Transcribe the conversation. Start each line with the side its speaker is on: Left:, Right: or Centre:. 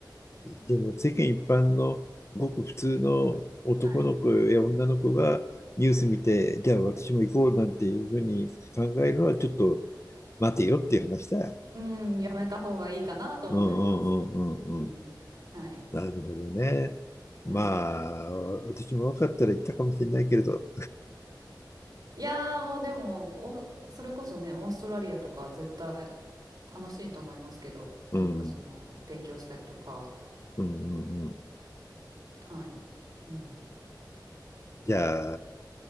Left: でも世間一般のごく普通の男の子や女の子がニュース見て、
Right: はい、はい、
Left: じゃあ私も行こうなんていうふうに考えるのはちょっと待てよっていう話だよ。
Right: うんやめた方がいいかなと思います。
Left: うんうんうんうんうん。
Right: うんはい、
Left: なるほどね。ま
Right: はい、
Left: あ、私も若かったら行ったかもしれないけれど、
Right: いやーもうでもおそれこそねオーストラリアとか絶対楽しいと思いますけどなんかその勉強したりとか
Left: うん、うんうんうん。
Right: はい。うん
Left: じゃあ、